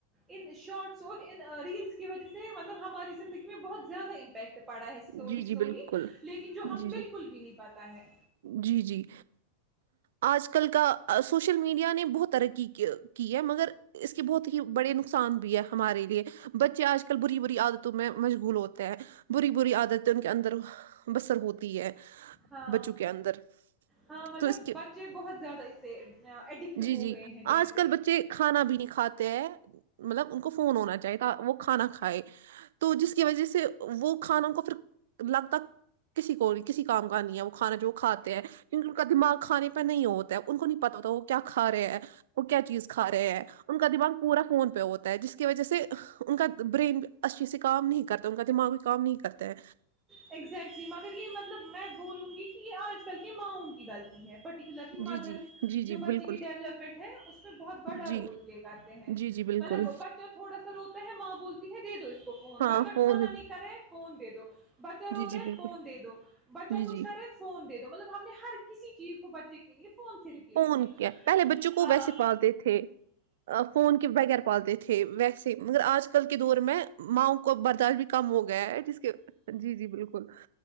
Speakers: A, on the right (about 15°); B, on the right (about 55°).
A: ان شارٹ سو ان ریلس کی وجہ سے مطلب ہماری زندگی میں بہت زیادہ امپیکٹ پڑا ہے سلولی
B: جی
A: سلولی
B: جی بالکل
A: لیکن جو ہم
B: جی جی
A: بالکل بھی نہیں پاتا ہے
B: جی جی آج کل کا سوشل میڈیا نے بہت ترقی کی ہے مگر اس کے بہت ہی بڑے نقصان بھی ہے ہمارے لیے بچے آج کل بری بری عادتوں میں مشغول ہوتے ہیں بری بری عادت ہے ان کے اندر وہ بسر ہوتی ہے
A: ہاں
B: بچوں کے اندر
A: ہاں مطلب
B: تو اس کے
A: بچے بہت زیادہ اس سے ایڈکٹ
B: جی
A: ہو
B: جی
A: گئے ہیں جیسے
B: آج کل بچے کھانا بھی نہیں کھاتے ہیں مطلب ان کو فون ہونا چاہیے تھا وہ کھانا کھائے تو جس کی وجہ سے وہ کھانوں کو پھر لگتاک کسی کو کسی کام کا نہیں ہے وہ کھانا جو کھاتے ہیں کیونکہ ان کا دماغ کھانے پہ نہیں ہوتا ہے ان کو نہیں پت ہوتا وہ کیا کھا رہے ہیں وہ کیا چیز کھا رہے ہیں ان کا دماغ پورا فون پہ ہوتا ہے جس کی وجہ سے ان کا برین اچھی سے کام نہیں کرتا ان کا دماغ بھی کام نہیں کرتا ہے
A: اگزیکٹلی مگر یہ مطلب میں بولوں گی کہ یہ اور کر کے ماؤں کی گلطی ہے پ پرٹیکولرلی مدرس
B: جی جی جی جی
A: جو بچے
B: بالکل
A: کی ڈیولپمنٹ ہے اس میں بہت بڑا
B: جی
A: رول پلے کرتے ہیں
B: جی جی بالکل
A: مطلب بچہ تھوڑا سا روتا ہے ماں بولتی ہے دے دو اس کو فون
B: ہاں
A: بچہ
B: فون
A: کھانا نہیں کرے فون دے دو ر
B: جی جی
A: رہے
B: بالکل
A: فون دے دو بچہ
B: جی
A: کچھ
B: جی
A: کرے فون دے دو مطلب ہم نے ہر کسی چیز کو بچے کے لیے فون سے ریپلیس
B: فون کیا پہلے بچکو
A: ہاں
B: ویسے پالتے تھے فون کے بغیر پالتے تھے ویسے مگر آج کل کے دور میں ماؤ کو برداشت بھی کم ہو گیا ہے جس کے جی جی بالکل